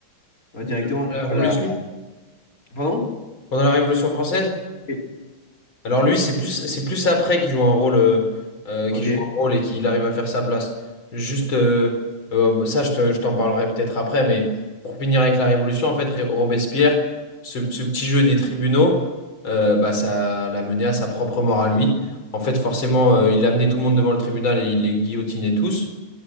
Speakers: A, on the left; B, on the left.
A: euh,
B: Pendant
A: directement, du
B: La
A: coup,
B: Révolution,
A: à la. Pardon?
B: pendant la Révolution française?
A: Oui.
B: Alors lui, c'est plus, c'est plus après qu'il joue un rôle, euh, euh,
A: Ok,
B: qu'il joue un rôle et qu'il arrive à faire sa place. Juste, euh, euh, ça, je te- je t'en parlerai peut-être après, mais pour finir avec la Révolution, en fait, Ré- Robespierre, ce, ce petit jeu des tribunaux, euh, bah, ça l'a mené à sa propre mort à lui. En fait, forcément, euh, il a amené tout le monde devant le tribunal et il les guillotinait tous.